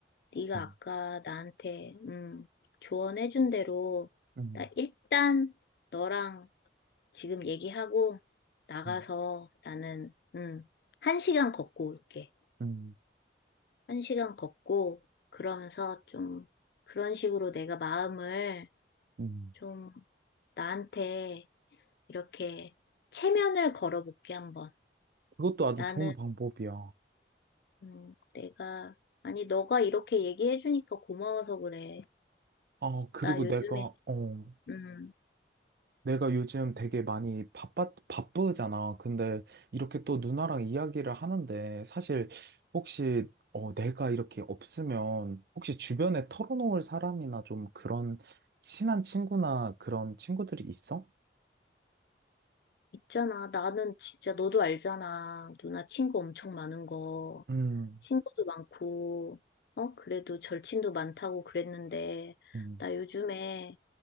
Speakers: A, on the left (about 60°); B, on the right (about 55°).
A: 네가
B: 음.
A: 아까 나한테 음, 조언해준 대로
B: 음,
A: 나 일단 너랑 지금 얘기하고 나가서
B: 음,
A: 나는 음, 한 시간 걷고 올게.
B: 음.
A: 한 시간 걷고 그러면서 좀 그런 식으로 내가 마음을
B: 음,
A: 좀 나한테 이렇게 체면을 걸어볼게 한번.
B: 그것도 아주
A: 나는
B: 좋은 방법이야.
A: 음, 내가 아니 너가 이렇게 얘기해주니까 고마워서 그래.
B: 아, 그리고
A: 나 요즘에
B: 내가, 어,
A: 음,
B: 내가 요즘 되게 많이 바빠, 바쁘잖아. 근데 이렇게 또 누나랑 이야기를 하는데 사실 혹시, 어, 내가 이렇게 없으면 혹시 주변에 털어놓을 사람이나 좀 그런 친한 친구나 그런 친구들이 있어?
A: 있잖아. 나는 진짜 너도 알잖아. 누나 친구 엄청 많은 거.
B: 음,
A: 친구도 많고, 어? 그래도 절친도 많다고 그랬는데,
B: 음,
A: 나 요즘에